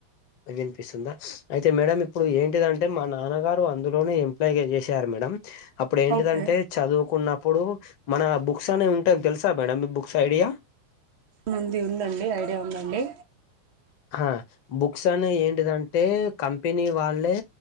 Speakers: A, on the left; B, on the right.
A: వినిపిస్తుందా అయితే మేడం ఇప్పుడు ఏంటిదంటే మా నాన్నగారు అందులోనే ఎంప్లాయ్గా చేసారు మేడం అప్పుడు ఏంటిదంటే
B: ఓకే
A: చదువుకున్నప్పుడు మన బుక్స్ అనే తెలుసా మేడం మీ బుక్స్ ఐడియా
B: ముంది ఉందండి ఐడియా ఉందండి
A: ఆ బుక్స్ అనే ఏంటిదంటె కంపెనీ వాళ్ళే